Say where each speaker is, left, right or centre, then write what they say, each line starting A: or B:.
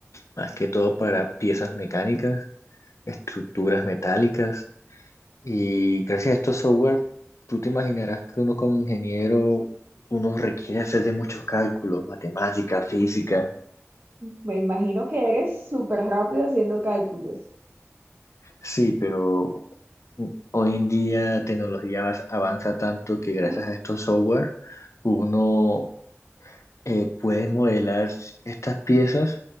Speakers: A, on the left (about 70°); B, on the right (about 45°).
A: más que todo para piezas mecánicas, estructuras metálicas. Y gracias a estos software, tú te imaginarás que uno como ingeniero, uno requiere hacer de muchos cálculos, matemática, física.
B: Me imagino que eres súper rápido haciendo cálculos.
A: Sí, pero hoy en día la tecnología avas- avanza tanto que gracias
B: <laughs>
A: a estos software, uno eh, puedes modelar estas piezas